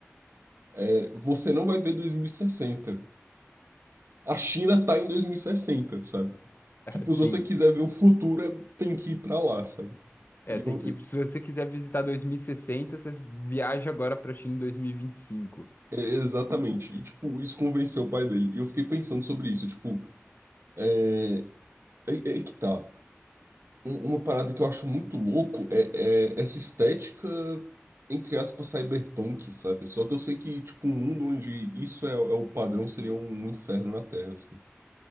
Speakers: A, on the right; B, on the left.
A: é, você não vai ver 2060. A China tá em 2060, sabe? Tipo,
B: sim.
A: se você quiser ver o futuro, é- tem que ir pra lá, sabe?
B: É,
A: E
B: tem
A: eu,
B: que, se você quiser visitar 2060, você viaja agora pra China em 2025.
A: é, exatamente. E, tipo, isso convenceu o pai dele. E eu fiquei pensando sobre isso. Tipo, é, é, é que tá. Um- Uma parada que eu acho muito louco é, é essa estética, entre aspas, cyberpunk, sabe? Só que eu sei que, tipo, um mundo onde isso é, é o padrão seria um inferno na Terra, assim.